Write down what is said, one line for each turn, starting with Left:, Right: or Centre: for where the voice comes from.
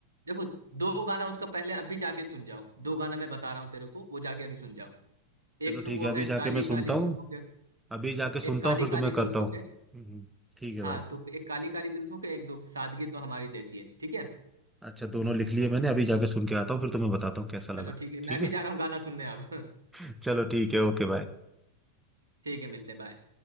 Right: देखो दो गाना उसका पहले अभी जाके सुन जाओ दो गाना मैं बता रहा हूँ तेरे को वो जाके अभी सुन जाओ
Centre: चलो
Right: एक तो
Centre: ठीक
Right: वो
Centre: है अभी
Right: है
Centre: जाके
Right: काली
Centre: मैं सुनता
Right: काली जुल्फों
Centre: हूँ
Right: के
Centre: अभी जाके सुनता
Right: एक काली
Centre: हूँ फिर तो
Right: काली
Centre: मैं
Right: जुल्फों
Centre: करता हूँ
Right: के
Centre: हम्म, हम्म, ठीक है
Right: हाँ
Centre: भाई
Right: तो एक काली काली जुल्फों के एक दो सादगी तो हमारी देखी है ठीक है
Centre: अच्छा दोनों लिख लिए मैंने अभी जाके सुन के आता हूँ फिर तुम्हें बताता हूँ कैसा लगा
Right: चलो ठीक है
Centre: ठीक
Right: मैं भी
Centre: है
Right: जा रहा हूँ गाना सुनने अब <laughs>
Centre: <laughs> चलो ठीक है ओके भाई
Right: ठीक है मिलते हैं बाय